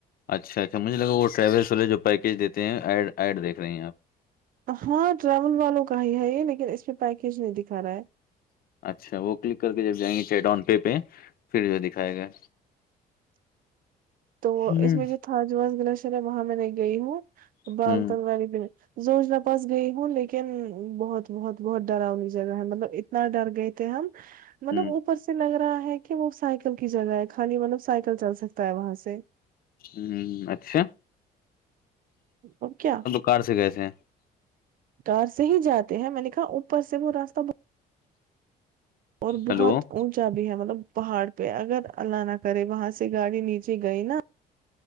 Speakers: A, on the left; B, on the right.
A: اچھا اچھا مجھے لگا وہ ٹریولس والے جو پیکیج دیتے ہیںڈ ایڈ دیکھ رہے ہیں آپ
B: ہاں ٹریول والوں کا ہی ہے یہ لیکن اس پہ پیکیج نہیں دکھا رہا ہے
A: اچھا وہ کلک کر کے جب جائیں گے چیٹ آن پے پہ پھر جو ہے دکھائے گا
B: <inaudible> تو
A: ہ
B: اس میں جو تھاجواز گلشر ہے وہاں میں نہیں گئی ہوں بال
A: ہ
B: تل والی بھی زجنا پاس گئی ہوں لیکن بہت بہت بہت ڈرؤ مج جگہ ہے مطلب اتنا ڈر گئے تھے ہم مطلب
A: ہ
B: اوپر سے لگ رہا ہے کہ وہ سائیکل کی جگہ ہے خانی مطلب سائیکل چل سکتا ہے وہاں سے
A: ہوں اچھا
B: ا کیا
A: گھر س گئے سے
B: کار سے ہی جاتے ہیں میں نے کہا اوپر سے وہ راستہ بہت اور بہت
A: ہلو ہوں
B: چا بھی ہے مطلب پہاڑ پہ اگر اللہ نہ کرے وہاں سے گاڑی نیچے گئی نا